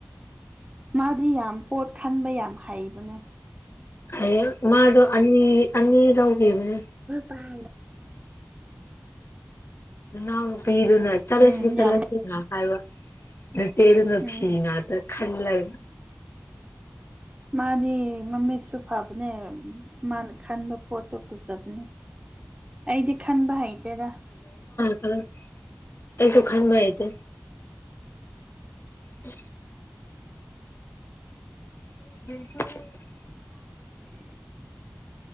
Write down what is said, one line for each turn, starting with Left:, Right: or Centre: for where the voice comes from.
Right: ꯃꯥꯗꯤ ꯌꯥꯝ ꯄꯣꯠ ꯈꯟꯕ ꯌꯥꯝ ꯍꯩꯕꯅꯦ
Left: ꯑ ꯃꯥꯗ ꯑꯅꯤ ꯑꯅꯤ ꯇꯧꯒꯤꯦꯕꯅꯦ
Right: ꯄꯥꯡꯗ
Left: ꯅꯪ ꯄꯤꯗꯨꯅ ꯆꯠꯂꯁꯤ
Right: ꯎꯝ
Left: ꯆꯠꯂꯁꯤꯅ
Right: ꯌꯥꯝ
Left: ꯍꯥꯏꯕ ꯇꯅꯣ
Right: ꯎꯝ
Left: ꯐꯤꯅ ꯑꯗ ꯈꯜꯅ
Right: ꯃꯥꯗꯤ ꯃꯃꯤꯗꯨꯁꯨ ꯐꯕꯅꯦ ꯃꯥꯅ ꯈꯟꯕ ꯄꯣꯠꯇꯣ ꯀꯨꯆꯕꯅꯦ ꯑꯩꯗꯤ ꯈꯟꯕ ꯍꯩꯇꯦꯗ
Left: ꯑ ꯀꯩꯁꯨ ꯈꯥꯟꯕ ꯍꯥꯏꯇꯦ ꯎ <unintelligible>
Right: <unintelligible>